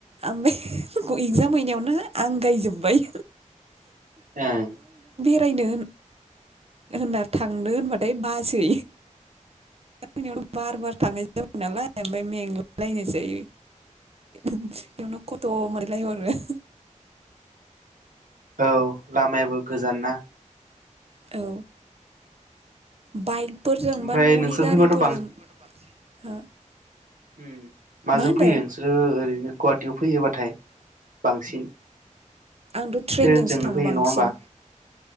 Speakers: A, on the right (about 50°); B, on the right (about 85°).
A: ओमफाय इगजाम हैनायावनो आंगायजोब्बाय
B: ओम
A: फरायनो होनना थांनो होनबाथाय बासै आंनियाव बार बार थांनाय जाबाय नालाय ओमफाय मेंलायलायनोसै बेयावनो खथ' मोनलायहरो
B: औ लामायाबो गोजान ना
A: औ बाइक फोरजों
B: ओमफ्राय
A: बा न'नि
B: नोंसोर
A: गारिफोरजों
B: फैबाथ'
A: हो
B: होम माजों
A: मा होनदों
B: फैयो नोंसोरो ओरैनो गुवाहाटियाव फैयोबाथाय बांसिन
A: आंथ' ट्रेनजोंसो
B: ट्रेनजोंनो
A: थाङो
B: फैयो
A: बांसिन
B: नङा होमबा